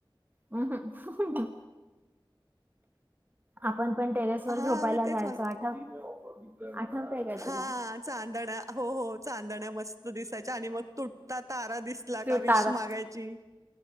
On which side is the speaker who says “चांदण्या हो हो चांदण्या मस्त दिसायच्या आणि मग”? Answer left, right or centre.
Right